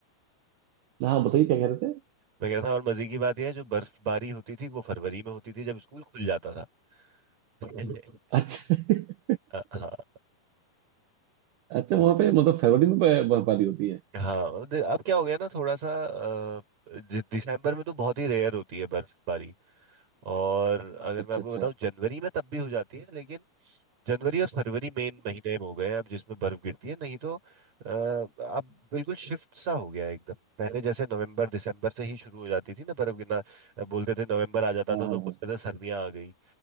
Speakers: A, on the right (about 75°); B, on the right (about 45°).
A: हाँ बताइए क्या कह रहे थे
B: मैं कह रहा था और मजे की बात यह है जो बर्फबारी होती थी वो फरवरी में होती थी जब स्कूल खुल जाता था <laughs>
A: अच्छा <laughs>
B: अ, हाँ
A: अच्छा
B: तो
A: वहाँ पे मतलब फरवरी में ब- बर्फबारी होती है
B: हाँ दे- अब क्या हो गया ना थोड़ा सा अ, दि- दिसंबर में तो बहुत ही रेयर होती है बर्फबारी और अगर
A: अच्छा
B: मैं आपको
A: अच्छा
B: बताऊं जनवरी में तब भी हो जाती है लेकिन जनवरी और फरवरी मेन महीने हो गए हैं अब जिसमें बर्फ गिरती है नहीं तो अ, अब बिल्कुल शिफ्ट सा हो गया है एकदम पहले जैसे नवंबर दिसंबर से ही शुरू हो जाती थी ना बर्फ गिरना अ, बोलते थे नवंबर आ जाता
A: हाँ
B: था तो
A: हाँ
B: बोलते थे सर्दियां आ गई